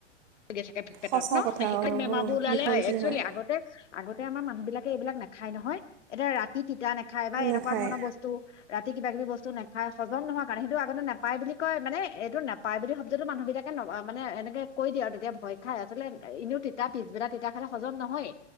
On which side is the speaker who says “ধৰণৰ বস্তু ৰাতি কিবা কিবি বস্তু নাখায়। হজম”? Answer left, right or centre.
Left